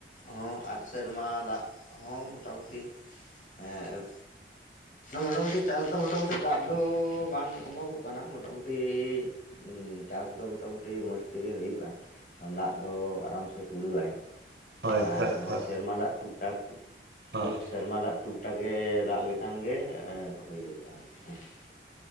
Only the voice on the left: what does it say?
ᱦᱚᱸ ᱟᱨ ᱥᱮᱨᱢᱟ ᱫᱟᱜ ᱦᱚᱸ ᱢᱳᱴᱟᱢᱩᱴᱤ ᱮᱸᱜᱼᱼ ᱢᱚᱴᱟᱢᱩᱴᱤ <unintelligible> ᱪᱟᱥ ᱫᱚ ᱢᱚᱴᱟᱢᱩᱴᱤ ᱫᱟᱜ ᱫᱚ ᱵᱟᱝ ᱚᱵᱷᱟᱵᱚᱜᱼᱼ ᱚᱱᱟᱦ <unintelligible> ᱢᱚᱴᱟᱢᱩᱴᱤ ᱩᱸ ᱪᱟᱥ ᱫᱚ ᱢᱚᱴᱟᱢᱩᱴᱤ ᱢᱚᱡᱽ ᱛᱮᱜᱮ ᱦᱩᱭᱩᱜᱼᱟ᱾ ᱫᱟᱜ ᱫᱚ ᱟᱨᱟᱢ ᱥᱮ ᱠᱩᱲᱟᱹᱣᱟᱭ ᱾
ᱟᱨ
ᱱᱚᱣᱟ ᱥᱮᱨᱢᱟ ᱫᱟᱜ ᱴᱩᱠᱼ ᱴᱟᱠ,
ᱥᱩᱫᱽᱼᱼ ᱥᱮᱨᱢᱟ ᱫᱟᱜ ᱴᱩᱠᱴᱟᱠᱮ ᱫᱟᱜ ᱞᱮᱠᱷᱟᱱ ᱜᱮ ᱮ ᱦᱩᱭ ᱜᱚᱫᱚᱜᱼᱟ ᱟᱨᱠᱤ ᱾